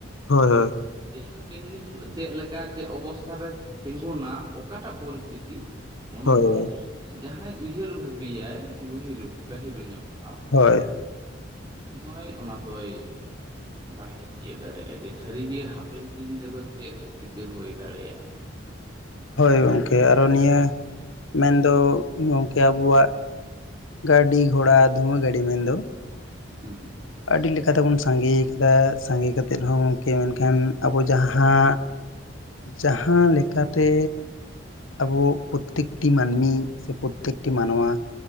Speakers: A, on the left; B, on the right.
A: ᱦᱳᱭ, ᱦᱳᱭ᱾
B: ᱡᱮ ᱦᱟ ᱯᱮᱱ ᱫᱤᱱ ᱦᱤᱞᱳᱜ ᱪᱮᱫ ᱞᱮᱠᱟ ᱪᱮᱫ ᱚᱵᱚᱥᱛᱷᱟ ᱨᱮ ᱛᱤᱜᱩᱱᱟ ᱚᱠᱟ ᱴᱟᱜ ᱯᱚᱨᱤᱥᱛᱤᱛᱤ᱾ ᱚᱱᱟ
A: ᱦᱳᱭ
B: ᱦᱚᱸ ᱡᱟᱦᱟᱭ ᱩᱭᱦᱟᱹᱨ ᱵᱷᱟᱹᱵᱤᱭᱟᱭ ᱜᱩᱦᱤᱨ ᱜᱟᱹᱦᱤᱨ ᱧᱚᱜ ᱵᱷᱟᱵᱽ᱾
A: ᱦᱳᱭ᱾
B: ᱩᱱᱤ ᱦᱚᱭ ᱚᱱᱟ ᱫᱚᱭ ᱵᱟᱰᱟᱭ ᱛᱤᱭᱟᱹᱜ ᱫᱟᱲᱮᱜᱼᱟ᱾ ᱦᱮᱸ ᱜᱮ ᱥᱟᱹᱨᱤ ᱜᱮ ᱦᱟᱯᱮᱱ ᱫᱤᱱ ᱛᱮ ᱫᱚ ᱪᱮᱫ ᱪᱤᱠᱟᱹ ᱦᱳᱭ ᱫᱟᱲᱮᱜ-ᱟ᱾
A: ᱦᱳᱭ ᱜᱚᱝᱠᱮ ᱟᱨᱚ ᱱᱤᱭᱟᱹ ᱢᱮᱱᱫᱚ ᱜᱚᱝᱠᱮ ᱟᱵᱚᱣᱟᱜ ᱜᱟᱹᱰᱤ ᱜᱷᱚᱲᱟ ᱫᱷᱩᱶᱟᱹ ᱜᱟᱹᱰᱤ ᱢᱮᱱ ᱫᱚ᱾
B: ᱦᱩᱸ᱾
A: ᱟᱹᱰᱤ ᱞᱮᱠᱟ ᱛᱮᱵᱚᱱ ᱥᱟᱸᱜᱮᱭ ᱠᱟᱫᱟ ᱥᱟᱸᱜᱮ ᱠᱟᱛᱮᱫ ᱦᱚᱸ ᱜᱚᱝᱠᱮ ᱢᱮᱱᱠᱷᱟᱱ ᱟᱵᱚ ᱡᱟᱦᱟ ᱡᱟᱦᱟ ᱞᱮᱠᱟ ᱛᱮ ᱟᱵᱚ ᱯᱨᱚᱛᱮᱠᱴᱤ ᱢᱟᱹᱱᱢᱤ ᱥᱮ ᱯᱨᱚᱛᱮᱠᱴᱤ ᱢᱟᱱᱶᱟ᱾